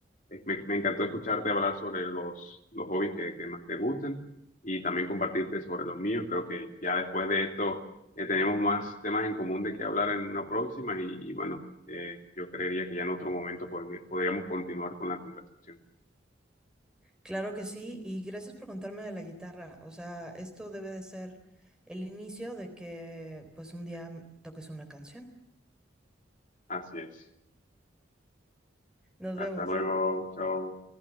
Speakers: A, on the left; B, in the centre.
A: Eh, Me, me encantó escucharte hablar sobre los, los hobbies que, que más te gusten y también compartirte sobre los míos. Creo que ya después de esto eh, tenemos más temas en común de que hablar en una próxima y, y bueno, eh, yo creería que ya en otro momento pod- podríamos continuar con la conversación.
B: Claro que sí, y gracias por contarme de la guitarra. O sea, esto debe de ser el inicio de que pues un día toques una canción.
A: Así es.
B: Nos
A: Hasta
B: vemos.
A: luego. Chao.